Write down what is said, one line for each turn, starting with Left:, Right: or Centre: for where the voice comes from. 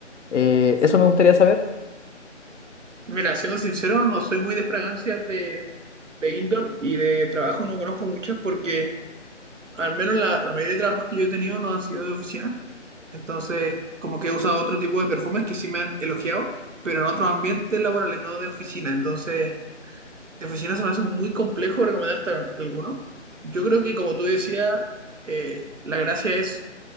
Left: Eh, eso me gustaría saber.
Right: Mira, siendo sincero, no soy muy de fragancias de, de indoor y de trabajo no conozco muchas porque al menos la, la mayoría de trabajos que yo he tenido no han sido de oficina. Entonces, como que he usado otro tipo de perfumes que sí me han elogiado, pero en otros ambientes laborales, no de oficina. Entonces, de oficina se me hace muy complejo recomendarte al- alguno. Yo creo que, como tú decías, eh, la gracia es